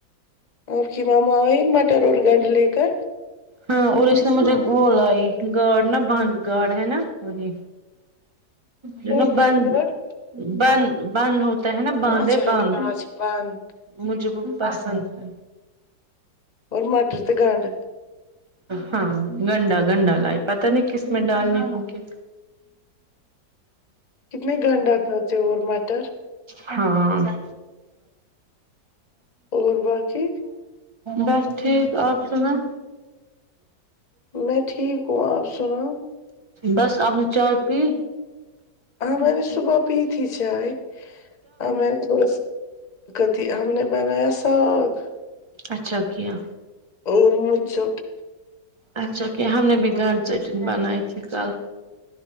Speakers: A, on the left; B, on the right.
A: آپ کی مما آئی مٹر اور گنڈ لے کر
B: ہاں اور اس نے مجھے وہ لائی گارڑ نا بند گارڑ ہے نا وہی جو
A: کون
B: نا بند
A: گار
B: بند بند ہو تے ہے نا باند
A: ہاں اچھا
B: ہے باند
A: آج بند
B: مجھے وہ پسند ہے
A: اور مٹر سے گنڈ
B: ہاں گنڈا گنڈا لائے پتا نہیں کس میں ڈالنے ہوں گے
A: کتنے گنڈا کھاتے ہو اور مٹر
B: <inaudible> ہاں
A: اور باقی
B: بس ٹھیک آپ سنائیں
A: میں ٹھیک ہوں آپ سناؤ
B: بس آپ نے چائے پی
A: ہاں میں نے صبح پی تھی چائے میں نے تھوڑا سا کتیھی ہم نے بنایا ساگ
B: اچھا کیا
A: اور مجھ سٹ
B: اچھا کہ ہم نے بھی گنڈ چٹن بنائ تھی کل